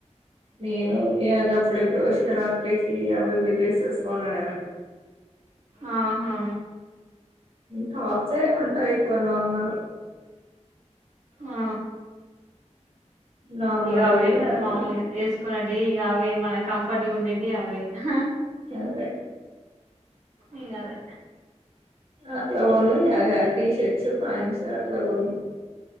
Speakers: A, on the right (about 50°); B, on the right (about 80°).
A: నేను ఇగ గప్పుడెప్పుడో శివరాత్రికి అవి ఇవి డ్రేసేస్ కొనడమే
B: ఆహా
A: టాప్సే ఉంటాయ్ ఎక్కువ నార్మల్
B: ఆ
A: నార్మల్
B: ఇగ అవే
A: వేర్
B: గా
A: అట్లా
B: మామూలుగా వేసుకునేది ఇగ అవే మన కంఫర్ట్గా ఉండేది అవే హ్
A: అదే
B: ఇగ అవే
A: అట్లా పోను టీషర్ట్స్ పాంట్స్ గట్ల కొన్ను